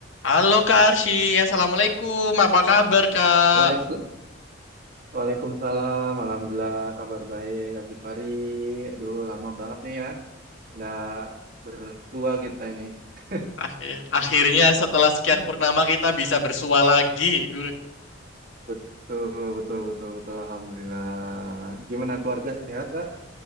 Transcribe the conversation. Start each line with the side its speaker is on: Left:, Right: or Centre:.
Left: Halo Kak Arsy, Assalamualaikum. Apa kabar Kak?
Right: Waalaikum, Waalaikumsalam. Alhamdulillah, kabar baik, Kak Gifari. Aduh, lama banget nih ya, nggak bersua kita ini. <laughs>
Left: Akhir, akhirnya setelah sekian
Right: Hmm.
Left: purnama kita bisa bersua lagi.
Right: Betul, betul, betul, betul. Alhamdulillah. Gimana keluarga sehat, Kak?